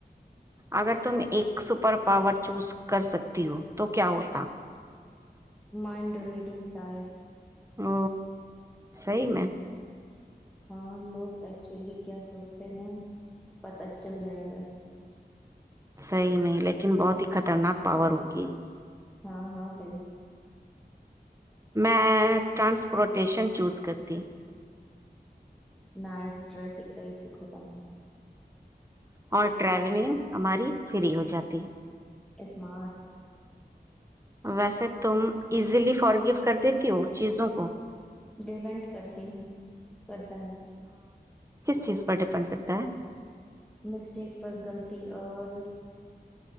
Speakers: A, on the right; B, in the centre.
A: اگر تم ایک سپر پاور چوز کر سکتی ہو تو کیا ہوتا
B: مائنڈ ریڈنگ شاائید
A: او صی میں
B: ہاں لوگ ایکچولی کیا سوچتے ہیں پت چل جائے گا
A: صحیح نہیں لیکن بہت ہی خطرناک پا روکے
B: ہاں ہاں صحی
A: میں ٹرانسپورٹیشن چوز کرتی
B: نائس ٹرفک کرئی س ختم
A: اور ٹریولنگ ہماری فری ہو جاتی
B: اسمارٹ
A: ویسے تم ایزیلی فارگو کر دیتی ہو چیزوں کو
B: ڈیپینٹ کرتی ہے کرتا ہے
A: کس چیز پر ڈیپینڈ کرتا ہے
B: مسٹیک پر غلطی اور